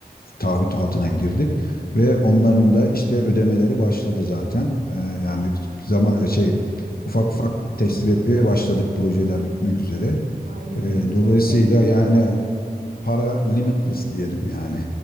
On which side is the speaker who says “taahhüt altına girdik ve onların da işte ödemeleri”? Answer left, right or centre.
Left